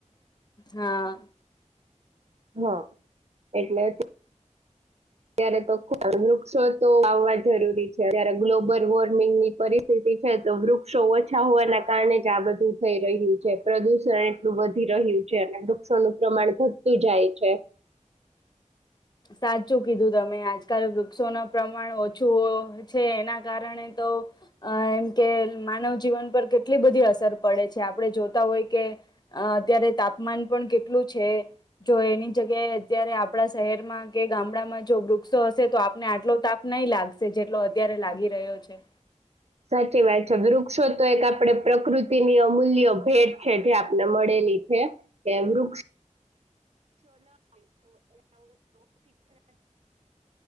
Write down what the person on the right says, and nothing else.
હા એટલે ત્યારે તો ખ વૃક્ષો તો વાવવા જરૂરી છે અત્યારે ગ્લોબલ વોર્મિંગ ની પરિસ્થિતિ છે તો વૃક્ષો ઓછા હોવાના કારણે જ આ બધું થઈ રહ્યું છે પ્રદૂષણ એટલું વધી રહ્યું વૃક્ષોનું પ્રમાણ ઘટટી જાય છે.
સાચી વાત છે વૃક્ષો તો એક આપડે પ્રકૃતિની અમૂલ્ય ભેટ છે જે આપને મળેલી છે એ વૃક્ષ <unintelligible> <unintelligible> એ